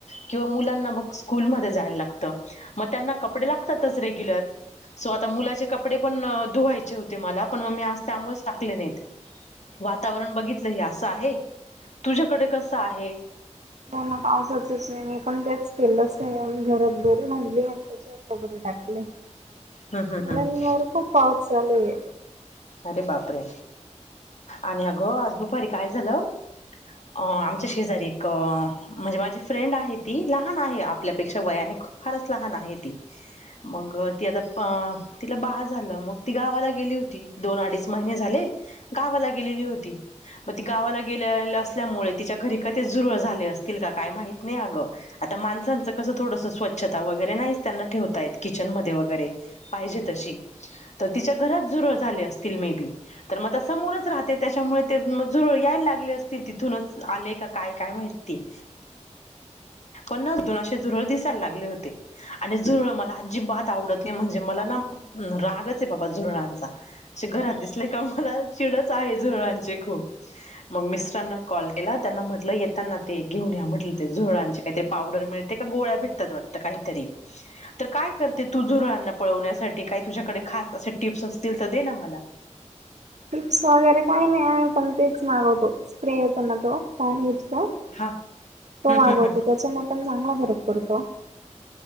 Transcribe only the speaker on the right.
हो ना पावसाचच आहे मी पण तेच केलंच नाही घरात बरी म्हली अन् कबरी टाकले
मवर खूप पाऊस चालूए.
टिप्स वगैरे काही नाही आम्ही पण तेप मागवतो स्प्रे हो पण ना तो त्यानेच तो
मागवतो
त्याच्यान पण चांगला फरक पडतो.